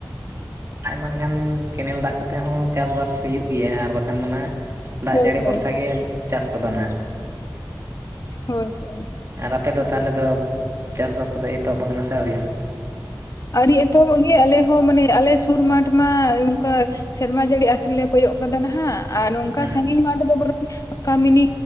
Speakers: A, on the right; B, on the left.
A: ᱟᱡ ᱢᱟᱱᱠᱷᱟᱱ ᱠᱮᱱᱮᱞ ᱫᱟᱜ ᱠᱚ ᱛᱮ ᱦᱚᱸ ᱪᱟᱥᱵᱟᱥ ᱦᱩᱭᱩᱜ ᱜᱮᱭᱟ ᱟᱨ ᱵᱟᱠᱷᱟᱱ ᱫᱚ ᱱᱟᱦᱟᱜ ᱫᱟᱜ
B: ᱦᱳᱭ
A: ᱡᱟᱹᱲᱤ
B: ᱦᱳᱭ
A: ᱵᱷᱚᱨᱥᱟ ᱜᱮ ᱪᱟᱥ ᱠᱚ ᱫᱚ ᱱᱟᱦᱟᱜ
B: ᱦᱳᱭ ᱦᱳᱭ
A: ᱟᱨ ᱟᱯᱮᱫ ᱫᱚ ᱛᱟᱞᱮ ᱫᱚ ᱪᱟᱥᱼᱵᱟᱥ ᱠᱚᱫᱚ ᱮᱛᱚᱦᱚᱵ ᱠᱟᱱᱟ ᱥᱮ ᱟᱹᱣᱨᱤᱣᱟ?
B: ᱟᱹᱨᱤ ᱮᱛᱚᱦᱚᱵᱚᱜ ᱜᱮᱭᱼᱟ ᱟᱞᱮ ᱦᱚᱸ ᱢᱟᱱᱮ ᱟᱞᱮ ᱥᱩᱨ ᱢᱟᱴᱷ ᱢᱟ ᱚᱝᱠᱟ ᱥᱮᱨᱢᱟ ᱡᱟᱹᱲᱤ ᱟᱥ ᱜᱮᱞᱮ ᱠᱚᱭᱚᱜ ᱠᱟᱫᱟ ᱱᱟᱦᱟᱜ ᱟᱨ ᱱᱚᱝᱠᱟ
A: ᱦᱩᱸ
B: ᱥᱟᱺᱜᱤᱧ ᱢᱟᱴ ᱫᱚ ᱵᱚᱨᱚᱝ ᱠᱟᱹᱢᱤᱱᱤ